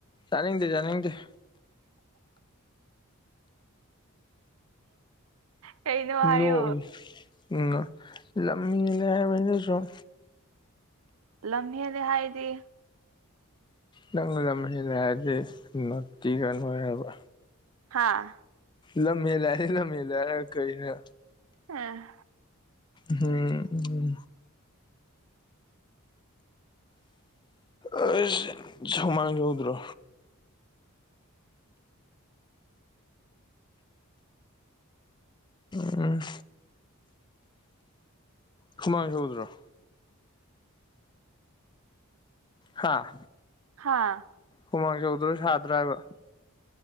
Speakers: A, on the left (about 20°); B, on the right (about 70°).
A: ꯆꯅꯤꯡꯗꯦ ꯆꯅꯤꯡꯗꯦ
B: ꯀꯩꯅꯣ ꯍꯥꯏꯌꯣ
A: ꯅꯣꯛꯏ ꯎꯝꯃ ꯂꯝꯅꯦꯅ ꯍꯥꯏꯕꯅꯦ ꯁꯨꯝ
B: ꯂꯝꯍꯦꯜꯂ ꯍꯥꯏꯗꯤ
A: ꯅꯪ ꯂꯝꯍꯦꯜꯂꯦ ꯍꯥꯏꯔꯗꯤ ꯅꯣꯠꯇꯤꯒꯟ ꯑꯣꯏꯔꯕ
B: ꯍꯥꯥ
A: ꯂꯝꯃꯦꯦꯂ ꯂꯃꯦꯦꯂꯔ ꯀꯣꯏꯅ
B: ꯎꯝ
A: ꯍꯝ ꯎꯝ ꯑ ꯁꯨꯃꯥꯡ ꯌꯧꯗ꯭ꯔꯣ ꯎꯝ ꯁꯨꯃꯥꯡ ꯍꯎꯗ꯭ꯔꯣ ꯍꯥꯥ
B: ꯍꯥꯥ
A: ꯍꯨꯃꯥꯡ ꯆꯧꯗ꯭ꯔꯁꯨ ꯁꯥꯗ꯭ꯔꯥ ꯍꯥꯏꯕ